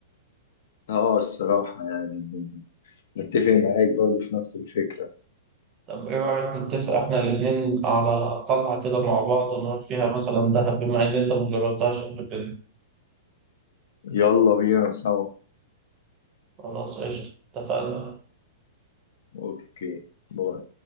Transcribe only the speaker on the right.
طب إيه رأيك نتفق إحنا الاتنين على طلعة كده مع بعض ونروح فيها مثلا دهب بما إن أنت مجربتهاش قبل كده
خلاص قشطة اتفقنا.